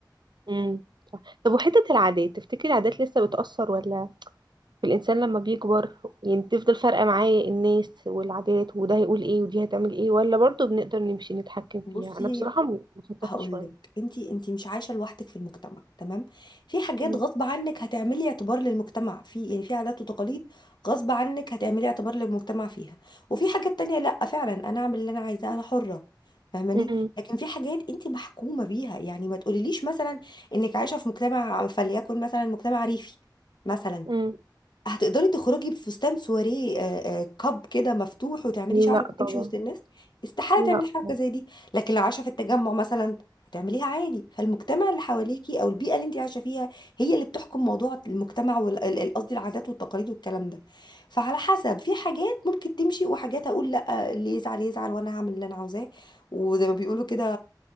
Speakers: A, on the right; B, on the left.
A: امم طب وحتة العادات تفتكري العادات لسه بتأثر ولا الإنسان لما بيكبر يعني بتفضل فارقة معاه الناس والعادات وده هيقول ايه ودي هتعمل ايه ولا برضه بنقدر نمشي نتحكم فيها
B: بصي
A: أنا بصراحة م- مشتتة
B: هقولك
A: شوية
B: انتي انتي مش عايشه لوحدك في المجتمع تمام في حاجات
A: م-
B: غصب عنك هتعملي اعتبار للمجتمع في يعني في عادات وتقاليد غصب عنك هتعملي اعتبار للمجتمع فيها وفي حاجات تانية لا فعلا انا اعمل اللي انا عايزاه انا حره فاهماني
A: م-
B: لكن في حاجات انتي محكومه بيها يعني ما تقوليليش مثلا انك عايشه في مجتمع فليكن مثلا مجتمع ريفي مثلا
A: م.
B: هتقدري تخرجي بفستان سواريه آه، آه، كاب كده مفتوح وتعملي
A: لا
B: شعرك وتمشي
A: طبعا
B: وسط الناس استحاله
A: لا
B: تعملي حركه
A: طبعا
B: زي دي لكن لو عايشه في التجمع مثلا هتعمليها عادي فالمجتمع اللي حواليكي او البيئه اللي انت عايشه فيها هي اللي بتحكم موضوع المجتمع وقصدي العادات والتقاليد والكلام ده فعلى حسب في حاجات ممكن تمشي وحاجات اقول لا اللي يزعل يزعل وانا هعمل اللي انا عاوزاه وزي ما بيقولوا كده